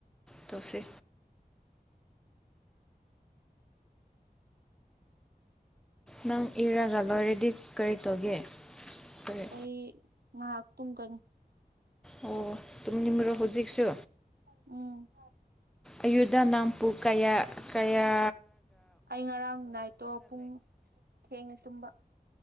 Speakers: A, in the centre; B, on the right.
A: ꯇꯁ ꯅꯪ ꯏꯔꯒꯂꯣ ꯔꯦꯗꯤ ꯀꯔꯤ ꯇꯧꯒꯦ ꯀꯔꯤ
B: ꯑꯩ ꯃꯍꯥꯛ ꯇ ꯀꯅꯤ
A: ꯑꯣ ꯇꯨꯝꯅꯤꯡꯕ꯭ꯔꯣ ꯍꯧꯖꯤꯛꯁꯨ
B: ꯎꯝ
A: ꯑꯌꯨꯗꯥ ꯅꯥꯝꯄꯨ ꯀꯌꯥ ꯀꯌꯥ
B: ꯑꯩ ꯉꯔꯥꯡ ꯅꯥꯏꯠꯇꯣ ꯄꯨꯡ ꯊꯦꯡꯉꯦ ꯇꯨꯝꯕ